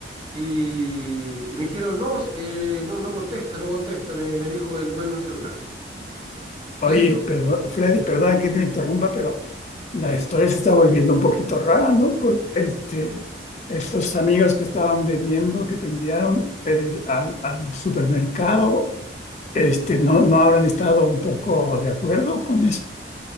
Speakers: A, on the right (about 25°); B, on the left (about 40°).
A: y, y me dijeron, no, eh, no, no contesta, no contesta, me, me dijo el dueño del celular.
B: Oye,
A: Entonces yo,
B: perdón, Freddy, perdón que te interrumpa, pero la historia se está volviendo un poquito rara, ¿no? Porque este, estos amigos que estaban bebiendo, que te enviaron eh, al, al supermercado, este, ¿no, no habrán estado un poco de acuerdo con eso?